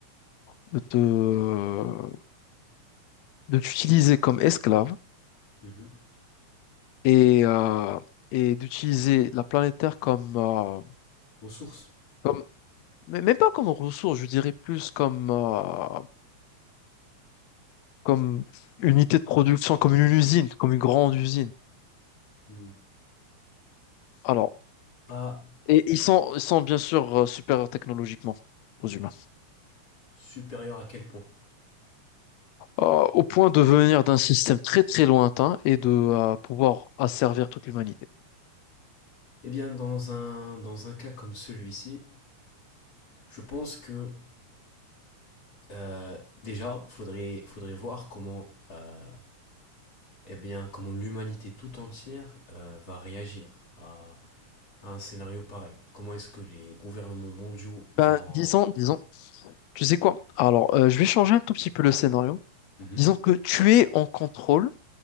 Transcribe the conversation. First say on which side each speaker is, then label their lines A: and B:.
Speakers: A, on the left; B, on the left.
A: de te euh, de t'utiliser comme esclave
B: mhm.
A: et, euh, et d'utiliser la planète Terre comme, euh,
B: Aux sources?
A: comme, mais même pas comme ressource, je dirais plus comme, euh, comme unité de production, comme une usine, comme une grande usine.
B: Hmm.
A: Alors,
B: Pas
A: et ils sont, ils sont bien sûr euh, supérieurs technologiquement aux humains,
B: supérieur à quel point?
A: Euh, au point de venir d'un système très très lointain et de euh, pouvoir asservir toute l'humanité.
B: Eh bien, dans un, dans un cas comme celui-ci, je pense que euh, déjà, faudrait, faudrait voir comment, euh, eh bien, comment l'humanité tout entière euh, va réagir à, à un scénario pareil. Comment est-ce que les gouvernements mondiaux vont...
A: Ben, disons, disons Tu sais quoi? Alors, euh, je vais changer un tout petit peu le scénario.
B: Mhm,
A: Disons que tu es en contrôle